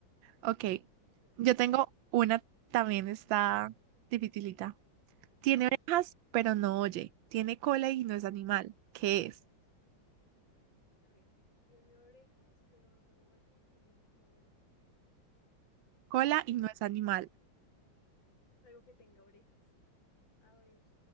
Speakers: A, on the right; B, on the left.
A: Ok,
B: Sí, ¿ves?
A: yo
B: Es
A: tengo
B: buena.
A: una, también está dificilita. Tiene
B: A ver,
A: orejas, pero no oye. Tiene cola y no es animal. ¿Qué es?
B: A ver, tiene orejas, pero no oye y tiene col.
A: Cola
B: eh,
A: y no es animal.
B: algo que tenga orejas. A ver.